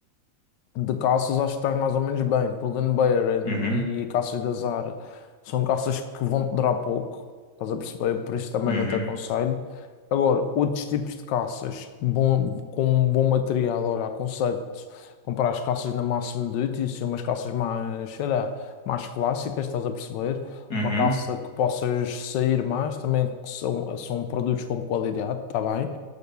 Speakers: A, on the left; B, on the left.
A: De calças acho que estás mais ou menos bem. Pull&Bear Bear
B: uhum,
A: e, e calças da Zara são calças que vão te durar pouco, estás a perceber? Por isso também
B: uhum,
A: não te aconselho. Agora, outros tipos de calças bom, com um bom material, olha, aconselho-te comprar as calças da Massimo Dutti, assim, umas calças mais, sei lá, mais clássicas, estás a perceber?
B: uhum,
A: Uma calça que possas sair mais, também que são, são produtos com qualidade, está bem?